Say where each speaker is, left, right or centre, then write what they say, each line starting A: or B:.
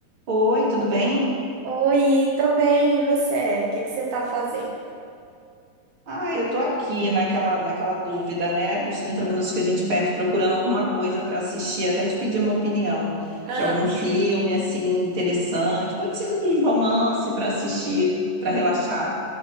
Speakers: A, on the right (about 35°); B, on the right (about 65°).
A: Oi, tudo bem?
B: Oi, tô bem, e você? O que que você tá fazendo?
A: Ah, eu tô aqui naquela, naquela dúvida, né? Os 30 minutos que a gente perde procurando alguma coisa para assistir, até te pedir uma opinião
B: Ah,
A: de algum filme assim interessante. Pode ser um romance para assistir, para relaxar.